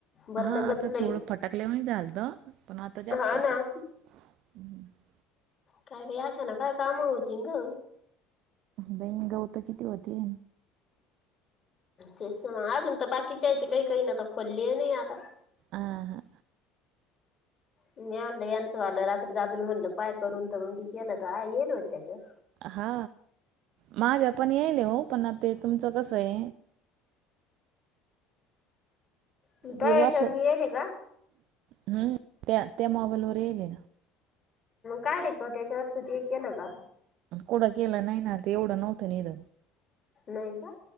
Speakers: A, on the left; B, on the right.
A: भरलं
B: हा
A: गच
B: आता
A: लई
B: थोडं फटकलेवन झालत पण आता जास्तच
A: हा ना
B: आहे
A: काय का अशा ना काय काम होती ग
B: <unintelligible> किती होती,
A: तेच मग अजून तर बाकीच्याचे, काही काही नाता खोलले नाही आता <unintelligible>
B: आ हा
A: मी म्हणलं यांचं वालं रात्री दादूला म्हणलं पाय करून तर त केलं तर येल हो त्याच्यात,
B: हा माझ्या पण येईल हो पण, आ ते तुमचं कस आहे.
A: तू
B: ते
A: याच्यावर
B: वर्ष
A: बी आहे का?
B: हम्म त्या त्या मोबाईल वर येल ना.
A: काडीत वा त्याच्या वरती केलं का,
B: कुडं केलं नाही, ना ते एवढं नव्हतं निध.
A: नाही का.